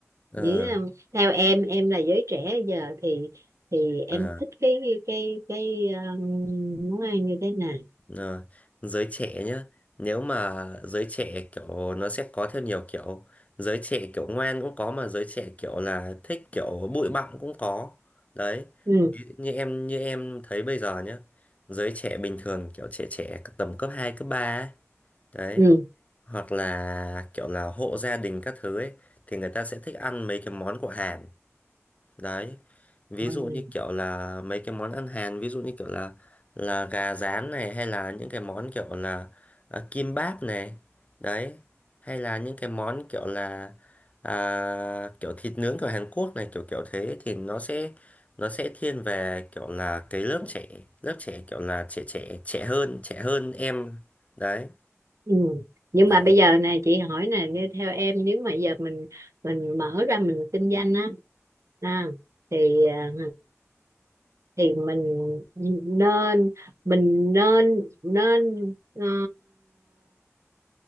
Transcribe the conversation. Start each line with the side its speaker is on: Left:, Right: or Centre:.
Left: Ờ,
Right: những um, theo em em là giới trẻ bây giờ thì thì
Left: ờ,
Right: em thích cái cái cái um, món ăn như thế nào
Left: ờ. Giới trẻ nhá. Nếu mà giới trẻ kiểu nó sẽ có theo nhiều kiểu, giới trẻ kiểu ngoan cũng có mà giới trẻ kiểu là thích kiểu bụi bặm cũng có. Đấy,
Right: ừ
Left: ví dụ như em như em thấy bây giờ nhá. Giới trẻ bình thường kiểu trẻ trẻ tầm cấp 2 cấp 3 ấy. Đấy
Right: ừ
Left: hoặc là kiểu là hộ gia đình các thứ ấy thì người ta sẽ thích ăn mấy cái món của Hàn đấy ví
Right: Wow.
Left: dụ như kiểu là mấy cái món ăn Hàn ví dụ như kiểu là là gà rán này hay là những cái món kiểu là à, kim báp này đấy hay là những cái món kiểu là à, kiểu thịt nướng của Hàn Quốc này kiểu kiểu thế thì nó sẽ nó sẽ thiên về kiểu là cái lớp trẻ lớp trẻ kiểu là trẻ trẻ trẻ hơn trẻ hơn em đấy
Right: Ừ. Nhưng
Left: đấy
Right: mà bây giờ này chị hỏi nè nghe theo em nếu mà giờ mình mình mở ra mình kinh doanh á à, thì à, thì mình nên mình nên nên ờ,